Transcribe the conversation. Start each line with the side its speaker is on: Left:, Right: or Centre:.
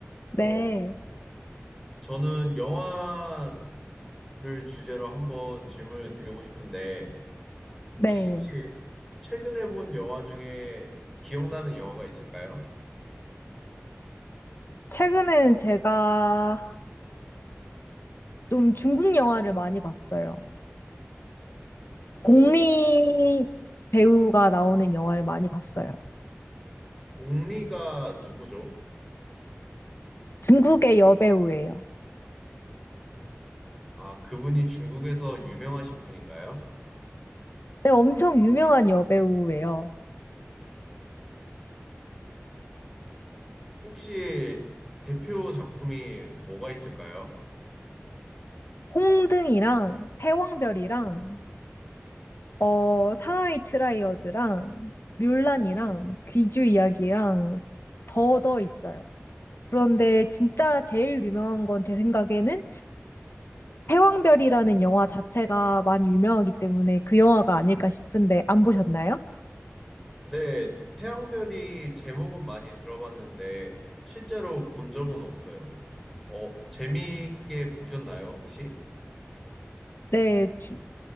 Left: 네,
Centre: 어, 저는 영화를 주제로 한번 질문을 드리고 싶은데,
Left: 네.
Centre: 혹시 최근에 본 영화 중에 기억나는 영화가 있을까요?
Left: 최근에는 제가 좀 중국 영화를 많이 봤어요.
Centre: 어,
Left: 공리 배우가 나오는 영화를 많이 봤어요.
Centre: 공리가 누구죠?
Left: 중국의 여배우예요.
Centre: 아, 그분이 중국에서 유명하신 분인가요?
Left: 네, 엄청 유명한 여배우예요.
Centre: 혹시 대표 작품이 뭐가 있을까요?
Left: 홍등이랑 패왕별이랑 어, 상하이 트라이어드랑 뮬란이랑 귀주 이야기랑 더 더 있어요. 그런데 진짜 제일 유명한 건 제 생각에는 패왕별이라는 영화 자체가 많이 유명하기 때문에 그 영화가 아닐까 싶은데 안 보셨나요?
Centre: 네, 태양별이 제목은 많이 들어봤는데 실제로 본 적은 없어요. 어, 재미있게 보셨나요, 혹시?
Left: 네, 주-